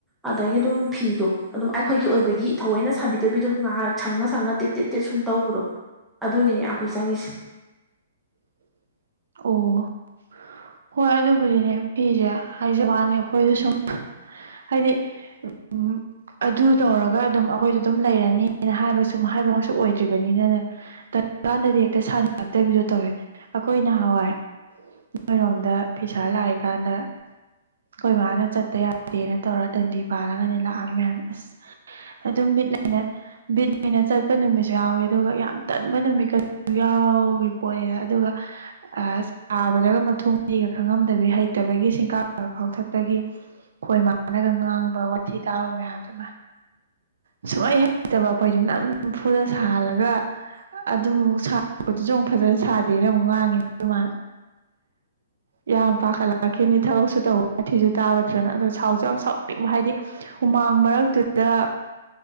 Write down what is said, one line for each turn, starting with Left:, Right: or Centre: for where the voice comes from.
Centre: ꯑꯗꯒꯤ ꯑꯗꯨꯝ ꯐꯤꯗꯣ ꯑꯗꯨꯝ ꯑꯩꯈꯣꯏꯒꯤ ꯑꯣꯏꯕꯒꯤ ꯒꯤ ꯊꯑꯣꯏꯅ ꯁꯥꯕꯤꯗꯕꯤꯗꯣ ꯉꯥꯏꯍꯛ ꯁꯪꯉ ꯁꯪꯉ ꯇꯦꯠ ꯇꯦꯠ ꯁꯨꯝ ꯇꯧꯕꯗꯣ ꯑꯗꯨꯒꯤꯅꯤ ꯌꯥꯝ ꯀꯨꯏꯅ ꯆꯪꯉꯤꯁꯦ
Right: ꯑꯣ ꯍꯣꯏ ꯑꯗꯨꯕꯨꯗꯤꯅꯦ ꯐꯤꯖꯦ ꯍꯏꯖꯋꯥꯅꯤ ꯑꯩꯈꯣꯏꯗ ꯁꯨꯝ ꯍꯥꯏꯗꯤ ꯎꯝ ꯑꯗꯨ ꯇꯧꯔꯒ ꯑꯗꯨꯝ ꯑꯩꯈꯣꯏꯗꯣ ꯑꯗꯨꯝ ꯂꯩꯔꯅꯤꯅ ꯍꯥꯏꯕꯁꯨ ꯍꯥꯏꯕꯃꯛꯁꯨ ꯑꯣꯏꯗ꯭ꯔꯤꯕꯅꯤꯅꯅꯦ ꯇꯜꯂ ꯀꯥꯟꯗꯗꯤ ꯍꯦꯛꯇ ꯁꯥꯅꯤꯡꯉꯛꯇꯕꯤꯗꯣ ꯇꯧꯋꯦ ꯑꯩꯈꯣꯏ ꯅꯍꯋꯥꯏ ꯅꯣꯏꯔꯣꯝꯗ ꯐꯤꯁꯥ ꯂꯥꯛꯏꯀꯥꯟꯗ ꯑꯩꯈꯣꯏ ꯃꯥꯅ ꯆꯠꯇ ꯌꯥꯗꯦꯅ ꯇꯧꯔ ꯗꯟꯗꯤ ꯄꯥꯜꯂꯒꯅꯦ ꯂꯥꯛꯑꯝꯃꯤ ꯃꯌꯥꯝ ꯑꯁ ꯑꯗꯨꯝ ꯕꯤꯠ ꯂꯩꯅ ꯕꯤꯠ ꯂꯩꯅ ꯆꯠꯄ ꯅꯨꯃꯤꯠꯁꯨ ꯌꯥꯎꯋꯦ ꯑꯗꯨꯒ ꯌꯥꯝ ꯇꯟꯕ ꯅꯨꯃꯤꯠꯀ ꯌꯥꯎꯔꯤꯄꯣꯠꯅꯤꯗ ꯑꯗꯨꯒ ꯁꯥꯕꯗꯒ ꯃꯠ ꯐꯨꯡꯒ꯭ꯔꯤꯒ ꯈꯪꯉꯝꯗꯕꯤ ꯍꯩꯇꯕꯒꯤ ꯁꯤꯡꯀꯥꯞꯀ ꯀꯥꯎꯊꯠꯄꯒꯤ ꯈꯣꯏ ꯃꯥꯟꯅꯒ ꯉꯥꯡꯕ ꯋꯥꯊꯤ ꯇꯥꯕ ꯃꯌꯥꯝꯗꯨ ꯏꯃꯥ ꯁꯨꯍꯩ ꯍꯩꯇꯕ ꯑꯩꯈꯣꯏꯁꯦ ꯅꯝꯐꯨꯗ ꯁꯥꯍꯜꯂꯒ ꯑꯗꯨ ꯁꯥꯕꯗꯨꯁꯨ ꯑꯃꯨꯛ ꯐꯖꯅ ꯁꯥꯗꯦꯅ ꯑꯃꯨꯛ ꯉꯥꯡꯉꯤꯅꯤ ꯈꯣꯏꯃꯅ
Centre: <inaudible>
Right: ꯌꯥꯝ ꯄꯥꯈꯠꯂꯛꯈꯤꯅꯤ ꯊꯕꯛꯁꯨ ꯇꯧꯕꯥ ꯋꯥꯊꯤꯁꯨ ꯇꯥꯕ ꯑꯗꯣ ꯁꯥꯎꯁꯨ ꯌꯥꯝ ꯁꯥꯎꯅꯤꯡꯕ ꯍꯥꯏꯗꯤ ꯍꯨꯃꯥꯡ ꯃꯔꯛꯇꯨꯗ